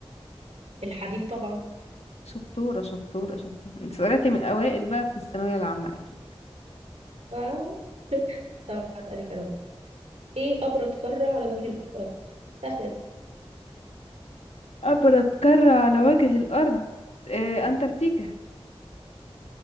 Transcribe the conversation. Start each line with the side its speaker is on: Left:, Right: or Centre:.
Right: الحديد طبعا
Left: شطورة شطورة شطورة انت طلعتي من الأوائل بقى في الثانوية العامة أكيد
Right: آه. طب هسألك انا بقى ايه ابرد قارة على وجه الارض سهلة دي
Left: أبرد قارة على وجه الأرض آه، أنتاركتيكا